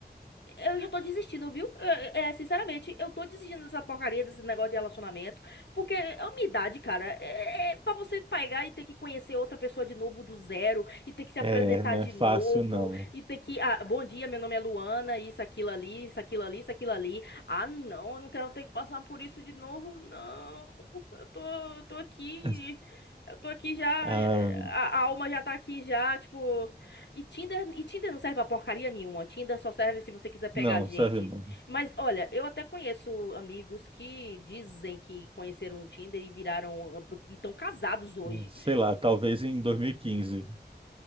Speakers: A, on the left (about 85°); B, on the right (about 30°).
A: Eu já tô desistindo, viu? É, é, sinceramente, eu tô desistindo dessa porcaria, desse negócio de relacionamento. Porque é a minha idade, cara, é, é é pra você pegar e ter que conhecer outra pessoa de novo do zero, e ter que se apresentar
B: É, não
A: de
B: é fácil,
A: novo,
B: não.
A: e ter que. Ah, bom dia, meu nome é Luana, isso, aquilo ali, isso, aquilo ali, isso, aquilo ali. Ah, não, eu não quero ter que passar por isso de novo, não. Eu tô, eu tô aqui.
B: <laughs>
A: Eu tô aqui já.
B: Ah,
A: é, A a alma já tá aqui já, tipo. E Tinder, e Tinder não serve pra porcaria nenhuma. Tinder só serve se você quiser pegar
B: não,
A: gente.
B: sabe, não.
A: Mas olha, eu até conheço amigos que dizem que conheceram no Tinder e viraram e estão casados hoje.
B: Sei lá, talvez em 2015.